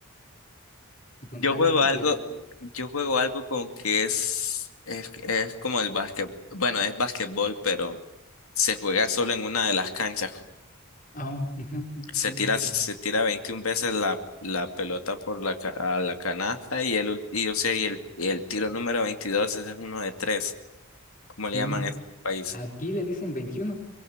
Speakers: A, on the left (about 35°); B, on the left (about 75°).
A: al contrario
B: Yo juego
A: porque...
B: algo, yo juego algo como que es, es, es como el básquet, bueno, es básquetbol, pero se juega solo en una de las canchas.
A: Ah, ujú, un
B: Se
A: un,
B: tira,
A: este,
B: se tira 21 veces la, la pelota por la, ca- a la canasta y el, ul- y, o sea, y el, y el tiro número 22 ese es uno de tres, como le
A: un-
B: llaman en este país.
A: aquí le dicen 21,